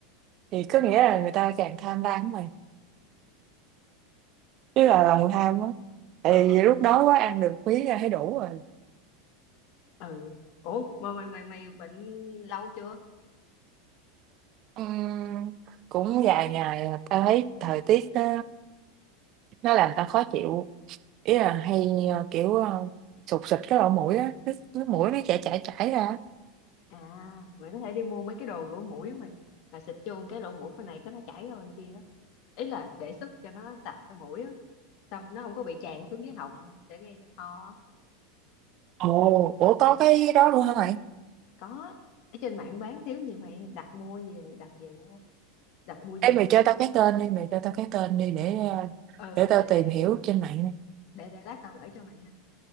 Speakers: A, on the right; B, on the left.
A: thì có nghĩa là người ta càng tham lam của mày chứ là lòng tham á tại
B: ờ
A: vì lúc đó quá ăn được miếng là thấy đủ rồi
B: ừ ủa mà mày mày mày bệnh lâu chưa
A: Ừm, cũng vài ngày là tao thấy thời tiết nó, nó làm tao khó chịu ý là hay ờ, kiểu ờ, sụt sịt cái lỗ mũi á cái, cái mũi nó chảy chảy chảy ra
B: à mày có thể đi mua mấy cái đồ rửa mũi á mày là xịt vô cái lỗ mũi bên này cái nó chảy ra bên kia á. ý là để sức cho nó sạch cái mũi á xong nó không có bị tràn xuống dưới họng sẽ gây ra ho á.
A: Ồ, ủa có cái đó luôn hả mày?
B: có ở trên mạng bán thiếu gì mày đặt mua về đặt về mua đặt mua
A: Ê
B: về
A: mày cho tao cái tên đi, mày cho tao cái tên đi để ờ,
B: ờ ờ,
A: để tao
B: để để
A: tìm hiểu trên mạng. nè.
B: để, để lát tao gửi cho mày ha